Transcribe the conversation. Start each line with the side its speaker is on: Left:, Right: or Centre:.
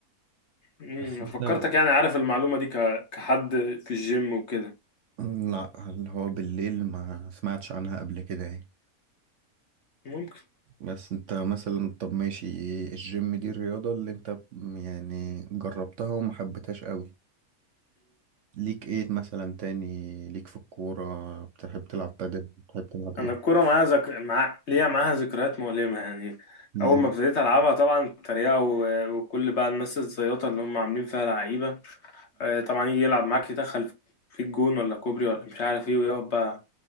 Left: امم
Right: بس انت
Left: فكرتك يعني عارف المعلومه دي ك... كحد في الجيم وكده
Right: لا اللي هو بالليل ما سمعتش عنها قبل كده يعني
Left: ممكن
Right: بس انت مثلا طب ماشي الجيم دي الرياضة اللي انت يعني جربتها وما حبيتهاش قوي ليك ايه مثلا تاني ليك في الكورة بتحب تلعب بادل بتحب تلعب ايه
Left: انا الكوره معايا ذك... مع... ليا معاها ذكريات مؤلمه يعني
Right: ليه
Left: اول ما ابتديت العبها طبعا التريقه و... وكل بقى الناس الزياطه اللي هم عاملين فيها لعيبه آه، طبعا يجي يلعب معاك يدخل في الجون ولا كوبري ولا مش عارف ايه ويقعد بقى